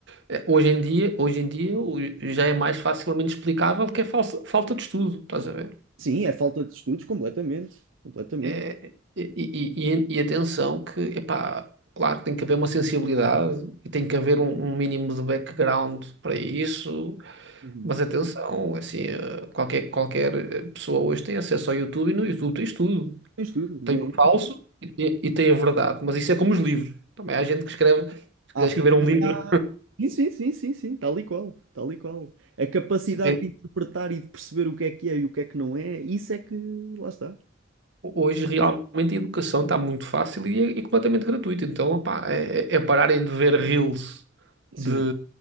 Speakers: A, on the right (about 65°); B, on the right (about 85°).
A: eh, hoje em dia, hoje em dia o- já é mais facilmente explicável que é falsa- falta de estudo, estás a ver?
B: Sim, é falta de estudos, completamente. Completamente.
A: É- é, e, e- e- e atenção que, epá, claro que tem que haver uma sensibilidade e tem que haver um, um mínimo de background para isso,
B: Uhum.
A: mas atenção, assim, eh, qualquer, qualquer eh, pessoa hoje tem acesso ao YouTube e no YouTube tens tudo.
B: Tem estudo. nem-
A: Tem o falso e tem, e tem a verdade. Mas isso é como os livros. Também há gente que escreve, se
B: Há
A: quiser
B: ficção.
A: escrever um livro.
B: há- Sim, sim, sim, sim, sim, tal e qual, tal e qual. A capacidade
A: se vê-
B: de interpretar e de perceber o que é que é e o que é que não é, isso é que lá está.
A: Hoje realmente a educação está muito fácil e é, é completamente gratuita. Então, opá, é, é pararem de ver reels
B: Sim,
A: de,